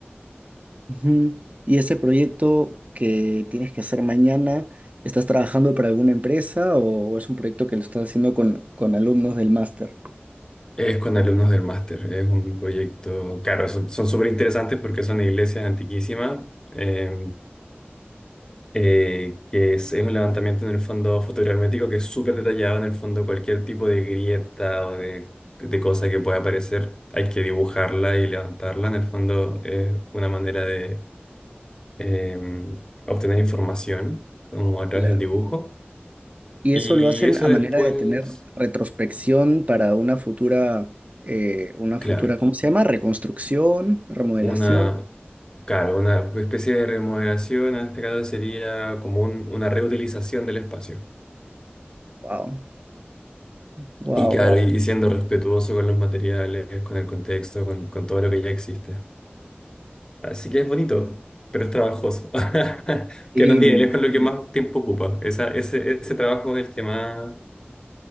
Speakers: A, on the right; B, on the left.
A: Ujú. ¿Y ese proyecto que tienes que hacer mañana, estás trabajando para alguna empresa o es un proyecto que lo estás haciendo con, con alumnos del máster?
B: Es con alumnos del máster, es un proyecto, claro, son son súper interesantes porque son iglesias antiquísimas, eh, eh, que es, es un levantamiento en el fondo fotogramétrico que es súper detallado en el fondo, cualquier tipo de grieta o de, de cosa que pueda aparecer, hay que dibujarla y levantarla, en el fondo es una manera de eh, obtener información como a través
A: Claro.
B: del dibujo.
A: Y
B: Y
A: eso lo hacen
B: eso
A: a
B: después,
A: manera de tener retrospección para una futura, eh, una
B: claro.
A: futura, ¿cómo se llama? Reconstrucción, remodelación.
B: Una, claro, una especie de remodelación, en este caso sería como un- una reutilización del espacio.
A: Wow, wow,
B: Y claro,
A: wow.
B: y, y siendo respetuoso con los materiales, con el contexto, con, con todo lo que ya existe. Así que es bonito, pero es trabajoso. <laughs>
A: Sí,
B: Que nos tiene
A: me imagino.
B: lejos lo que más tiempo ocupa. Esa, ese, ese trabajo es el que más,